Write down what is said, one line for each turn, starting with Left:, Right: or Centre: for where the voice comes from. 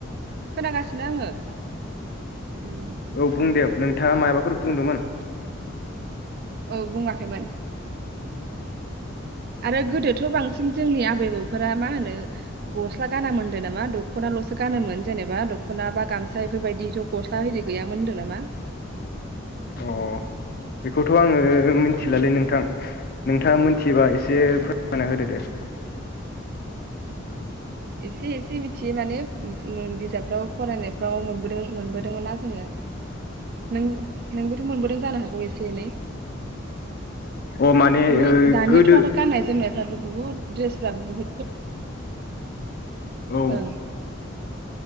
Right: खोनागासिनो आङो उम
Left: औ बुंदे नोंथाङा मायबाफोर बुंदोंमोन
Right: औ बुङाखैमोन आरो गोदोथ' बांसिन जोंनि आबै आबौफोरा मा होनो गस्ला गाना मोनदों नामा दख'नाल'सो गानोमोन जेनेबा दख'ना बा गामसा एफोरबायदिथ' गस्ला होरि गैयामोन होनदों नामा?
Left: अ बेखौथ' आङो मिथिलालै नोंथां नोंथाङा मिथिबा एसे फोरमायना होदो दे
Right: एसे एसे मिथियो माने बिजाबफ्राव फरायनायफ्राव मोनबोदों मोनबोदोंमोन ना जोङो नों नोंबोथ' मोनबोदों जानो हागौ एसे एनै
Left: अ माने
Right: ओमफाय
Left: ओ
Right: दानियाथ'
Left: गोदो
Right: आरो गाननाय जोमनायफ्राबो बहुत ड्रेसफ्रा बहुत
Left: औ
Right: ओं